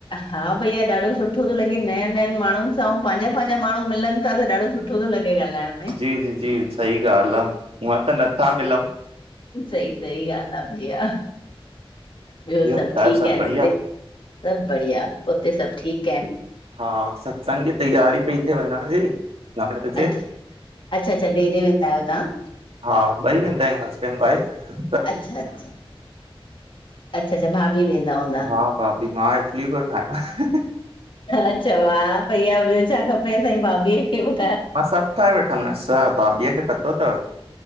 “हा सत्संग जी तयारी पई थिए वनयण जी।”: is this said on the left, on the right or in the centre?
Right